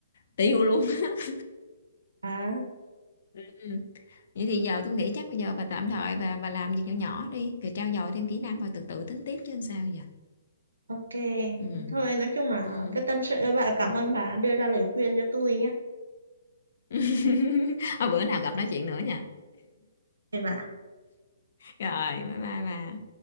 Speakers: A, on the left; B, on the right.
A: tiêu luôn. <laughs>
B: à
A: Ừm, Vậy thì giờ tôi nghĩ chắc bây giờ bà tạm thời bà bà làm việc nhỏ nhỏ đi rồi trau dồi thêm kỹ năng rồi từ từ tính tiếp chứ sao giờ.
B: ok
A: Ừ.
B: thôi nói chung là
A: Ừ.
B: cái tâm sự bà cảm ơn bà đưa ra lời khuyên cho tôi nhé
A: <laughs> Thôi bữa nào gặp nói chuyện nữa nha.
B: Thế bà
A: Rồi, bye bye bà.